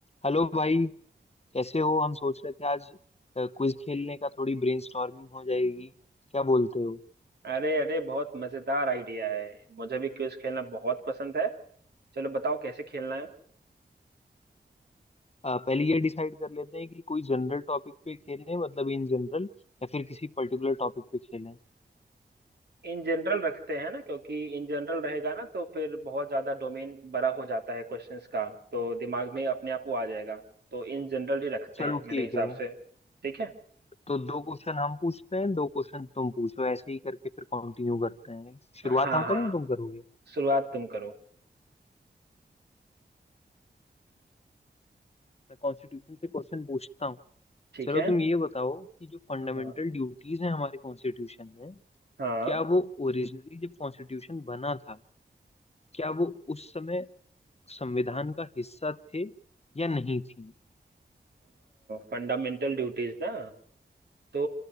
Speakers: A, on the left; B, on the right.
A: हेलो भाई कैसे हो हम सोच रहे थे आज क्विज खेलने का थोड़ी ब्रेनस्टॉर्मिंग हो जाएगी क्या बोलते हो
B: अरे अरे बहुत मजेदार आइडिया है मुझे भी क्विज खेलना बहुत पसंद है चलो बताओ कैसे खेलना है
A: अ, पहले ये डिसाइड कर लेते हैं कि कोई जनरल टॉपिक पे खेलें मतलब इन जनरल या फिर किसी पर्टिकुलर टॉपिक पे खेलें
B: इन जनरल रखते हैं ना क्योंकि इन जनरल रहेगा ना तो फिर बहुत ज्यादा डोमेन बड़ा हो जाता है क्वेश्चंस का तो दिमाग में अपने आप वो आ जाएगा तो इन जनरल ही रखते
A: चलो
B: हैं मेरे
A: ठीक
B: हिसाब
A: है
B: से ठीक है
A: तो दो क्वेश्चन हम पूछते हैं दो क्वेश्चन तुम पूछो ऐसे ही करके फिर कंटिन्यू करते हैं शुरुआत
B: हाँ
A: हम
B: हाँ
A: करें या तुम करोगे
B: शुरुआत तुम करो
A: मैं कॉन्स्टिट्यूशन से क्वेश्चन पूछता हूँ
B: ठीक
A: चलो
B: है
A: तुम ये बताओ कि जो फंडामेंटल
B: हाँ
A: ड्यूटीज हैं हमारे कॉन्स्टिट्यूशन में
B: हाँ
A: क्या वो ओरिजिनली जब कॉन्स्टिट्यूशन बना था क्या वो उस समय संविधान का हिस्सा थे या नहीं थी
B: फंडामेंटल ड्यूटीज ना तो